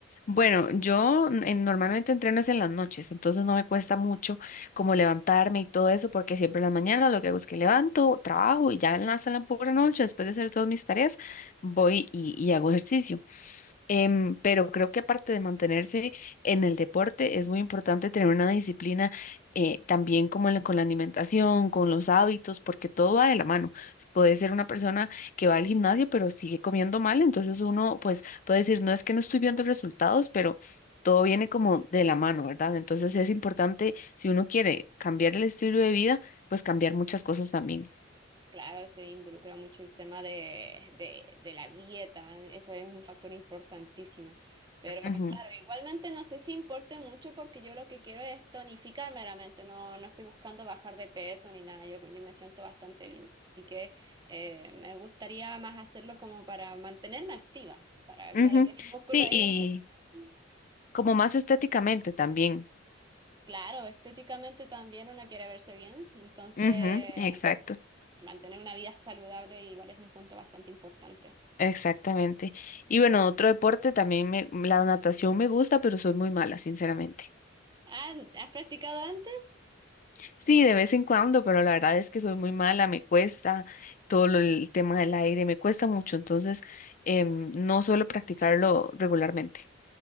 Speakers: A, on the left; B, on the right.
A: Bueno, yo n- en- normalmente entreno es en las noches, entonces no me cuesta mucho como levantarme y todo eso, porque siempre en las mañanas lo que hago es que levanto, trabajo y ya en la- hasta la pura noche, después de hacer todas mis tareas, voy y, y hago ejercicio. Em, pero creo que aparte de mantenerse en el deporte, es muy importante tener una disciplina eh, también como en la- con la alimentación, con los hábitos, porque todo va de la mano. Puede ser una persona que va al gimnasio, pero sigue comiendo mal, entonces uno pues puede decir, no es que no estoy viendo resultados, pero todo viene como de la mano, ¿verdad? Entonces es importante, si uno quiere cambiar el estilo de vida, pues cambiar muchas cosas también.
B: Claro, se involucra mucho el tema de, de, de la dieta, eso es un factor importantísimo. Pero
A: Ujú,
B: claro, igualmente no sé si importe mucho porque yo lo que quiero es tonificar meramente, no, no estoy buscando bajar de peso ni nada, yo, yo me siento bastante bien. Así que eh, me gustaría más hacerlo como para mantenerme activa, para,
A: ujú.
B: para que mis músculos
A: Sí,
B: ahí
A: y
B: no se atrofien.
A: como más estéticamente también.
B: Claro, estéticamente también uno quiere verse bien, entonces
A: Ujú, exacto,
B: mantener una vida saludable igual es un punto bastante importante.
A: exactamente. Y bueno, otro deporte también me, la natación me gusta, pero soy muy mala, sinceramente.
B: Ah, ¿has practicado antes?
A: Sí, de vez en cuando, pero la verdad es que soy muy mala, me cuesta todo lo- el tema del aire, me cuesta mucho, entonces em, no suelo practicarlo regularmente.